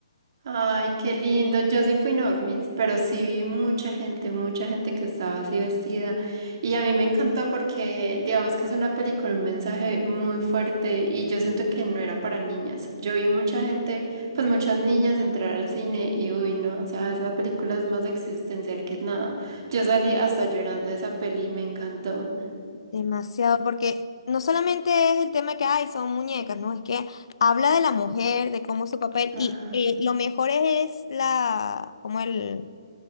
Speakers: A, on the right; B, on the left.
A: Ay, qué lindo. Yo sí fui normis, pero sí vi mucha gente, mucha gente que estaba así vestida. Y a mí me encantó porque, digamos que es una película, un mensaje muy fuerte y yo siento que no era para niñas. Yo vi mucha gente, pues muchas niñas entrar al cine y uy, no, o sea, esa película es más existencial que nada. Yo salí hasta llorando de esa peli y me encantó.
B: demasiado, porque no solamente es el tema que hay, son muñecas, ¿no? Es que habla de la mujer, de cómo es su papel,
A: Ajá,
B: y eh, lo mejor es la, como el...